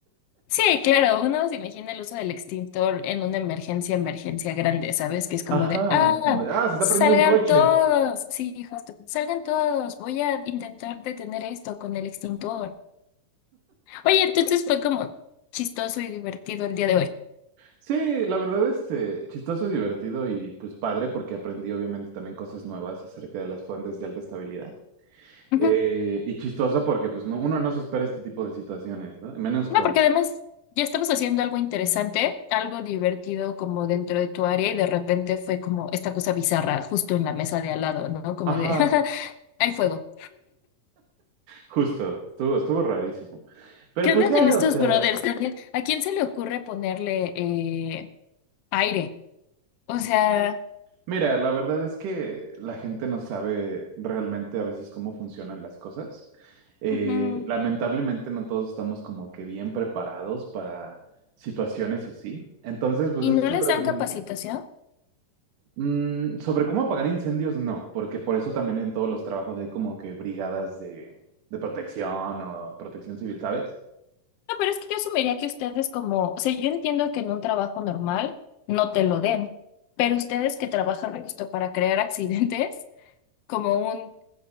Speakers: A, on the left (about 85°); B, on the right (about 70°).
A: Sí, claro, uno se imagina el uso del extintor en una emergencia, emergencia grande, ¿sabes? Que es como
B: Ajá,
A: de, ah,
B: como de, ah, se está
A: salgan
B: prendiendo un coche.
A: todos. Sí, justo, salgan todos. Voy a intentar detener esto con el extintor. Oye, entonces fue como chistoso y divertido el día de
B: Sí, la verdad, este, chistoso, divertido y pues padre porque aprendí obviamente también cosas nuevas acerca de las fuentes de alta estabilidad.
A: hoy.
B: Eh, y chistoso porque pues no, uno no se espera este tipo de situaciones, ¿no? Menos con...
A: No, porque además ya estabas haciendo algo interesante, algo divertido como dentro de tu área y de repente fue como esta cosa bizarra justo en la mesa de al lado, ¿no? Como
B: Ajá,
A: de, <laughs> hay fuego.
B: justo, estuvo, estuvo rarísimo. Pero
A: ¿Qué
B: pues
A: onda
B: ya,
A: con estos
B: o sea,
A: brothers? también? ¿A quién se le ocurre ponerle eh, aire? O sea,
B: mira, la verdad es que la gente no sabe realmente a veces cómo funcionan las cosas. Eh,
A: ujú.
B: lamentablemente no todos estamos como que bien preparados para situaciones así. Entonces, pues
A: ¿Y
B: estos
A: no les
B: brasileños
A: dan capacitación?
B: Mm, sobre cómo apagar incendios, no, porque por eso también en todos los trabajos hay como que brigadas de, de protección o protección civil, ¿sabes?
A: No, pero es que yo asumiría que ustedes como, o sea, yo entiendo que en un trabajo normal no te lo den, pero ustedes que trabajan justo para crear accidentes como un